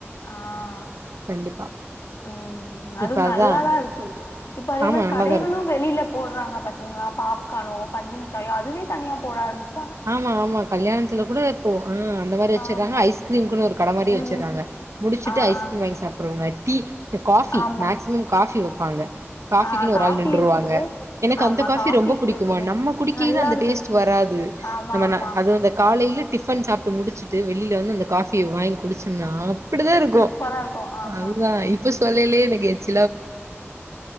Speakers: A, on the left; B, on the right.
A: ஆஹ்
B: கண்டிப்பா
A: உம் அதுவும்
B: இப்ப அதா
A: நல்லாதா இருக்கு இப்ப அதே
B: ஆமா
A: மாரி
B: நல்லாதா
A: கடைகளும்
B: இருக்கு
A: வெளியில போடுறாங்க பாத்தீங்களா பாப்கானோ பஞ்சு மிட்டாயோ அதுவே தனியா போட ஆம்பமிச்
B: ஆமா ஆமா கல்யாணத்துல கூட இப்போ ஆஹ் அந்த மாரி வச்சறாங்க
A: ஆமா
B: ஐஸ்கிரீம் கூட இருக் கட மாரி
A: ம்
B: வச்சறாங்க முடிச்சுட்டு
A: ஆ
B: ஐஸ்கிரீம்
A: ஆ
B: வாங்கி சாப்றவங்க டீ கே காஃபி
A: ஆமா
B: மேக்சிமம் காஃபி வப் வப்பாங்க காபிக்குன்னு
A: ஆ
B: ஒரு
A: காஃபி
B: ஆள் நின்றுருவாங்க
A: இருக்கு
B: எனக்கு
A: ஆமா
B: அந்த காபி
A: காஃபி
B: ரொம்ப
A: இருக்கு
B: புடிக்குமா
A: எப்பவுமே
B: நம்ம குடிக்கையில
A: நல்லா
B: அந்த
A: இருக்கு
B: டேஸ்ட்டு வராது
A: ஆமா
B: நம்மன
A: ஆமா
B: அதுவு இந்த காலையில டிஃபன் சாப்ட்டு முடிச்சிட்டு வெளியில வந்து அந்த காஃபி வாங்கி குடிச்சோம்னா இபடித்தா இருக்கும்
A: சூப்பரா இருக்கு ஆமா
B: அதுதா இப்ப ஸ்கூ சொல்லயிலியே எனக் எச்